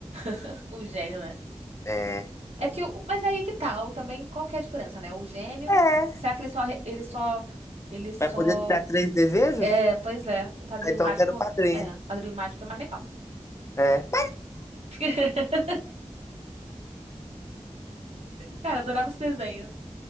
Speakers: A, on the right (about 65°); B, on the left (about 25°).
A: <laughs> Um gênio, né?
B: É.
A: É porque, o- mas aí que tá, o também, qual que é a diferença, né? O gênio,
B: É.
A: será que ele só, re- ele só, ele só,
B: Vai poder te dar três desejos?
A: é, pois é, o Padrinho
B: Ah, Então
A: Mágico,
B: eu quero padrinho.
A: é, o Padrinho Mágico é mais legal.
B: É.
A: <laughs> Cara, eu adorava esse desenho.